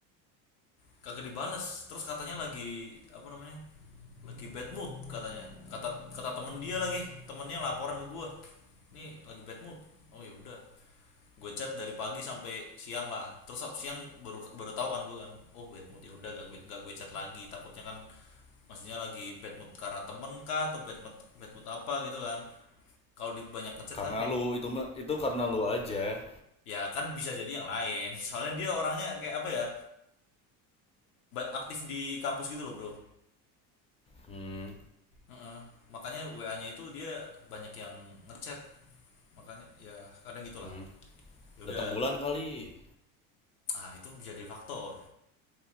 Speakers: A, on the left; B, on the left.
A: kagak dibales terus katanya lagi apa namanya lagi bad mood katanya kata kata temen dia lagi temennya laporan ke gue nih lagi bad mood oh ya udah gue chat dari pagi sampai siang lah terus siang baru baru tahu kan gue kan oh bad mood ya udah gak gue gak gue chat lagi takutnya kan maksudnya lagi bad mood karena temen kah atau bad mood bad mood apa gitu kan kalau di banyak ngechat
B: karena
A: kan
B: lu itu itu karena lu aja.
A: ya kan bisa jadi yang lain soalnya dia orangnya kayak apa ya aktif di kampus gitu loh bro
B: Hmm,
A: Heeh. Makanya WA-nya itu dia banyak yang ngechat, makanya ya kadang gitulah.
B: hmm.
A: Ya
B: datang
A: udah,
B: bulan kali.
A: ah itu bisa jadi faktor.